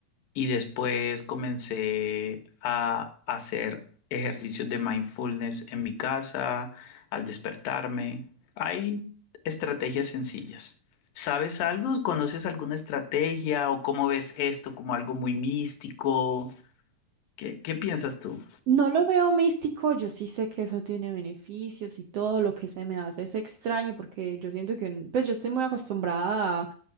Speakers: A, on the left; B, on the right.
A: Y después comencé a hacer ejercicios de mindfulness en mi casa, al despertarme. Hay estrategias sencillas. ¿Sabes algo? ¿Conoces alguna estrategia o cómo ves esto como algo muy místico? ¿Qué, qué piensas tú?
B: No lo veo místico, yo sí sé que eso tiene beneficios y todo lo que se me hace es extraño porque yo siento que, n- pues yo estoy muy acostumbrada a,